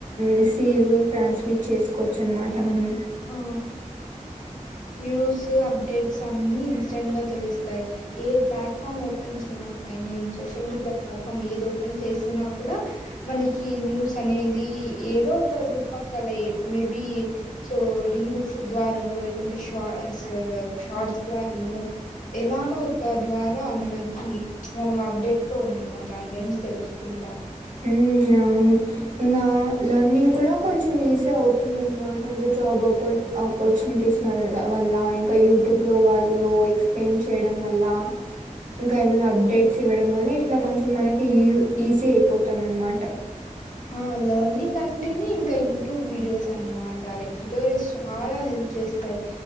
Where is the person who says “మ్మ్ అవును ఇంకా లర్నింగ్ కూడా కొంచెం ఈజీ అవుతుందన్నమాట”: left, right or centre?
Right